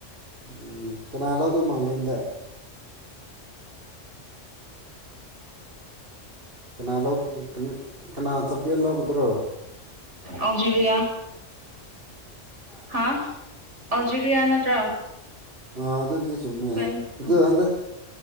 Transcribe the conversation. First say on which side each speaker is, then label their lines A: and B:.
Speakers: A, on the right (about 50°); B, on the right (about 65°).
A: ꯎꯝ ꯀꯅꯥ ꯂꯧꯗꯧ ꯃꯜꯂꯤ ꯍꯟꯗꯛ ꯀꯅꯥ ꯂꯧ ꯀꯅꯥ ꯆꯝꯄꯦꯜ ꯂꯧꯒꯗ꯭ꯔꯣ
B: ꯑꯜꯖꯦꯔꯤꯂꯤꯌꯥ ꯍꯥ ꯑꯧꯖꯤꯔꯤꯌꯥ ꯅꯠꯇ꯭ꯔꯣ
A: ꯑꯥ ꯑꯗꯨꯕꯨꯗꯤ ꯆꯨꯝꯃꯦ
B: ꯏꯁꯄꯦꯟ ꯎꯝ
A: ꯑꯗꯨ ꯍꯟꯗꯛ